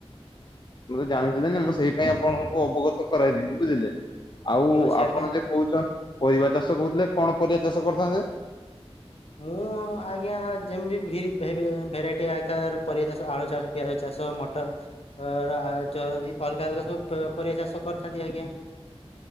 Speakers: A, on the left; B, on the left.
A: ମତେ ଜାଣିଥିଲେନି ମୁଁ ସେଇ ପାଇଁ ଆପଣଙ୍କୁ ଅବଗତ କରାଇଦିନି ବୁଝିଲେ। ଆଉ
B: ଠିକ ଅଛି
A: ଆପଣ
B: ଆଜ୍ଞା।
A: ଯେ କହୁଛନ୍ତି ପରିବା ଚାଷ କହୁଥିଲେ କଣ ପରିବା ଚାଷ କରିଥାନ୍ତେ?
B: ମୁଁ ଆଜ୍ଞା ଯେମିତି ଭି ଭେ ଭେରାଇଟି ଆକାର ପରିବା ଚାଷ ଆଳୁ ଚାଷ ପିଆଜ ଚାଷ ମଟର ଅଲଗା ଅଲଗା ସବୁ ପରିବା ଚାଷ କରିଥାନ୍ତି ଆଜ୍ଞା।